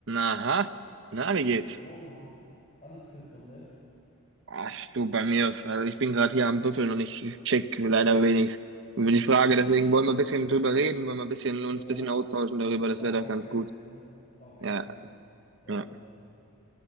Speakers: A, on the right; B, on the left.
A: Aha, na, wie
B: Moin,
A: geht's?
B: moin, moin. Alles fit und selbst?
A: Ach, du, bei mir, also ich bin gerade hier am Büffeln und ich check leider wenig über die Frage,
B: <laughs>
A: deswegen wollen wir ein bisschen
B: Was?
A: drüber reden, wollen wir ein bisschen,
B: Ja,
A: uns ein bisschen austauschen darüber, das
B: auch
A: wäre
B: externes,
A: doch ganz gut.
B: ne? Auch externe.
A: Ja,
B: Ja,
A: ja,
B: verstehe.